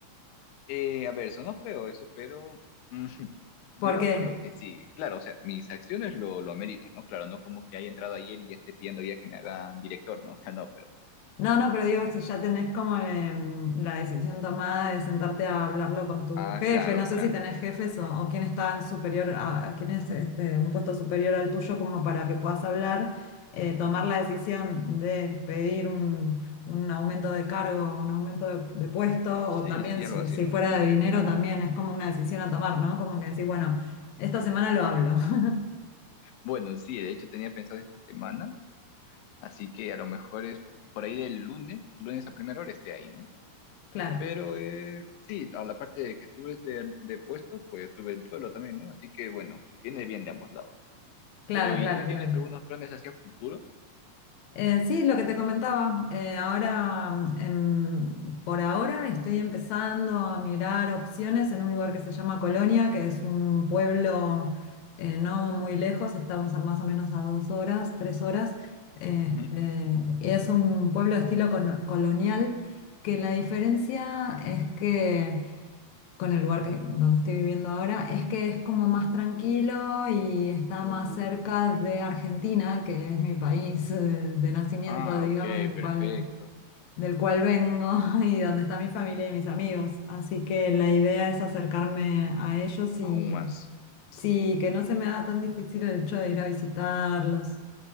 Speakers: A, on the left (about 85°); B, on the left (about 70°).
A: Eh, a ver, sonó feo eso, pero <laughs> Digamos
B: ¿Por qué?
A: lo que sí, claro, o sea, mis acciones lo, lo ameritan, ¿no? Claro, no como que haya entrado ayer y ya esté pidiendo ya que me hagan director, ¿no? <laughs> O sea, no, pero...
B: No, no, pero digo, si ya tenés como em, la decisión tomada de sentarte a hablarlo con tu
A: Ah,
B: jefe,
A: claro,
B: no sé
A: claro.
B: si tenés jefes o, o quién está en superior, a, quién es este, un puesto superior al tuyo como para que puedas hablar, eh, tomar la decisión de pedir un, un aumento de cargo, un aumento de, de puesto,
A: Sí,
B: o también
A: sí,
B: si,
A: algo así,
B: si
A: ¿no?
B: fuera
A: Con el
B: de
A: jefe.
B: dinero, también es como una decisión a tomar, ¿no? Como que decir, bueno, esta semana lo hablo. <laughs>
A: Bueno, sí, de hecho tenía pensado esta semana, así que a lo mejor es por ahí del lunes, lunes a primera hora esté ahí, ¿no?
B: Claro,
A: Pero eh, sí, a la parte de que subes de, de puesto, pues sube el suelo también, ¿no? Así que bueno, viene bien de ambos lados.
B: claro,
A: Pero,
B: claro,
A: ¿y tú tienes
B: claro.
A: algunos planes hacia futuro?
B: Eh, sí, lo que te comentaba, eh, ahora, mm, em, por ahora estoy empezando a mirar opciones en un lugar que se llama Colonia, que es un pueblo eh, no muy lejos, estamos a más o menos a dos horas, tres horas. eh,
A: Ujú.
B: eh, es un pueblo de estilo cono- colonial, que la diferencia es que con el lugar que, donde estoy viviendo ahora, es que es como más tranquilo y está
A: Mm,
B: más cerca de Argentina, que es mi país eh, de nacimiento,
A: ah,
B: digamos,
A: ok,
B: del
A: perfecto.
B: cual, del cual vengo <laughs> y donde está mi familia y mis amigos. Así que la idea es acercarme a ellos y
A: Aún más.
B: sí, que no se me haga tan difícil el hecho de ir a visitarlos.